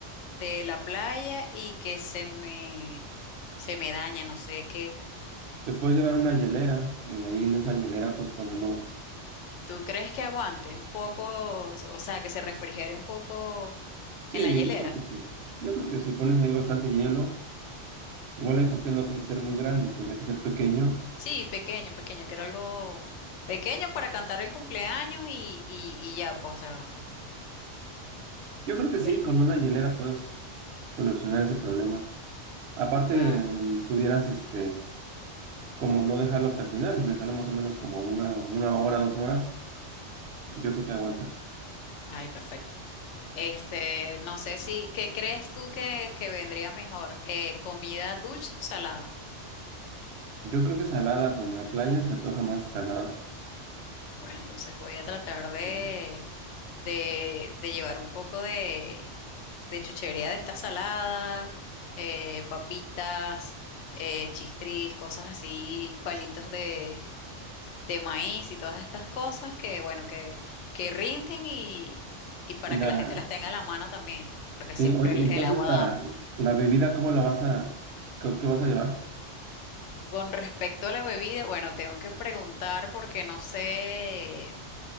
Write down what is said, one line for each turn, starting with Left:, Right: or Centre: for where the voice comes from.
Left: de la playa y que se me, se me dañe, no sé qué.
Right: Te puedes llevar una hielera y ahí en esa hielera pues ponerlo.
Left: ¿Tú crees que aguante un poco, o sea, que se refrigere un poco
Right: Sí,
Left: en la hielera?
Right: yo creo que sí. Yo creo que si pones ahí bastante hielo, igual el pastel no tiene que ser muy grande, tendría que ser pequeño
Left: Sí, pequeño, pequeño, quiero algo pequeño para cantar el cumpleaños y, y, y ya, pues, o sea,
Right: Yo creo que sí,
Left: el-
Right: con una hielera puedes solucionar ese problema. Aparte,
Left: ma-
Right: mm, pudieras, este, como no dejarlo hasta el final, dejarlo más o menos como una, una hora, dos horas, y yo creo que aguanta.
Left: ay, perfecto. Este, no sé si, ¿qué crees tú que, que vendría mejor? Eh, ¿comida dulce o salada?
Right: Yo creo que salada, pues en la playa se antoja más salada.
Left: Bueno, entonces voy a tratar de,
Right: Mm.
Left: de, de llevar un poco de, de chuchería de esta salada, eh, papitas, eh, chistris, cosas así, palitos de de maíz y todas estas cosas que, bueno, que, que rinden y, y para
Right: Y la,
Left: que la gente las tenga a la mano también, porque
Right: sí,
Left: siempre
Right: oye,
Left: el,
Right: entonces
Left: el agua
Right: la,
Left: da.
Right: la bebida, ¿cómo la vas a, qué, qué vas a llevar?
Left: Con respecto a la bebida, bueno, tengo que preguntar porque no sé,